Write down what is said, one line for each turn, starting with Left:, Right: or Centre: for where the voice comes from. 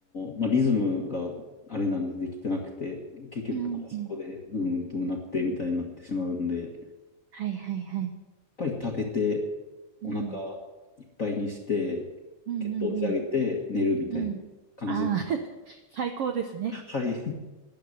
Left: ーまあリズムがあれなんでできてなくて、結局なんかそこでうんとうなってみたいになってしまうんで、
Right: うん。うん。
Left: やっ
Right: はいはいはい。
Left: ぱり食べて
Right: うん。
Left: お腹いっぱいにして、
Right: うんうんうん。
Left: 血糖値上げて寝るみたいな感じ。
Right: うん。ああ <laughs> 最高ですね。
Left: <laughs> はい。